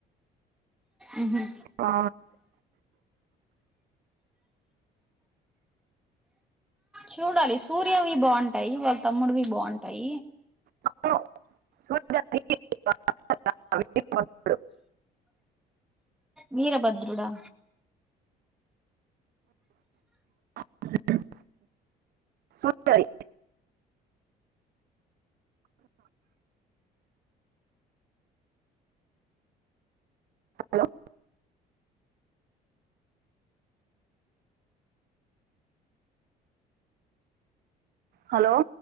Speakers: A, in the centre; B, on the right.
A: ఉహు
B: ఆ
A: చూడాలి సూర్యవి బాగుంటాయి వాళ్ళ తమ్ముడువి బాగుంటాయి
B: అక్కో సూర్యవి <unintelligible>
A: వీరభద్రుడా
B: అ సూపర్ హలో హలో